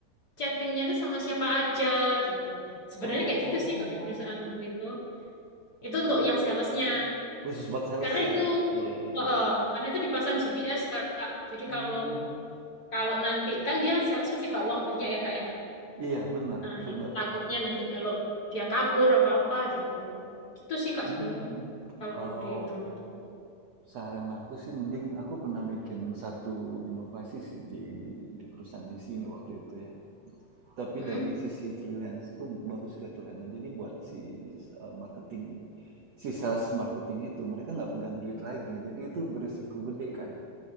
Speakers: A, on the left; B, on the right.
A: chattingnya itu sama siapa aja gitu. Sebenarnya
B: Oh.
A: kayak gitu sih kalau di perusahaan waktu itu. Itu
B: Oh,
A: untuk yang salesnya.
B: khusus buat sales
A: Karena itu
B: ya? Iya, iya.
A: eh, eh, karena itu dipasang GPS Kak. Jadi
B: Hmm,
A: kalau Kalau nanti kan dia sales mesti bawa uang banyak ya kak ya.
B: iya benar,
A: Nah
B: benar.
A: itu takutnya nanti kalau dia kabur apa-apa gitu. Gitu sih kak
B: Hmm,
A: sebenarnya kalau
B: kalau
A: di tempatku.
B: saran aku sih mending aku pernah bikin satu inovasi sih di di perusahaan di sini waktu itu ya. Tapi
A: Mm-mm.
B: dari sisi freelance itu bagus juga tuh Rena. Jadi buat si eh, marketing, si sales marketing itu mereka nggak pegang duit lagi. Jadi itu berisiko gede kan.